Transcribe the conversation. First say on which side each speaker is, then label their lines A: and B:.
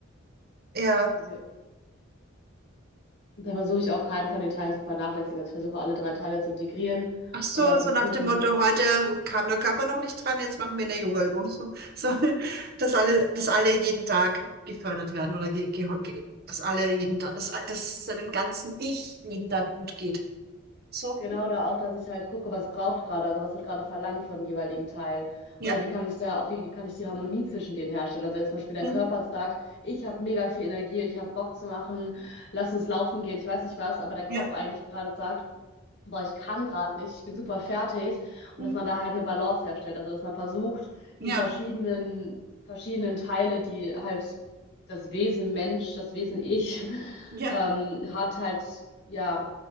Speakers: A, on the right; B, on the left.
A: Ja.
B: Die wir- und Da versuche ich auch keinen von den Teilen zu vernachlässigen. Also ich versuche alle drei Teile zu integrieren
A: Ach so,
B: und halt
A: so
B: zu gucken,
A: nach dem Motto, heute kam der Körper noch nicht dran, jetzt machen wir eine Yoga-Übung. So, so, dass alle, dass alle jeden Tag gefördert werden oder ge, ge, ge, dass alle jeden Tag, dass, dass seinem ganzen Ich jeden Tag gut geht. So,
B: Genau da auch, dass ich halt gucke, was braucht gerade, also was wird gerade verlangt vom jeweiligen Teil.
A: ja,
B: Oder wie kann ich da auch, wie kann ich die Harmonie zwischen denen herstellen? Also wenn zum Beispiel der
A: Mhm.
B: Körper sagt, ich habe mega viel Energie, ich habe Bock zu machen, lass uns laufen gehen, ich weiß nicht was, aber der Kopf
A: ja,
B: eigentlich gerade sagt, boah, ich kann gerade nicht, ich bin super fertig.
A: Mhm.
B: Und dass man da halt eine Balance herstellt. Also dass man versucht,
A: ja,
B: die verschiedenen, verschiedenen Teile, die halt das Wesen Mensch, das Wesen Ich, <laughs>
A: ja.
B: ähm, hat halt, ja,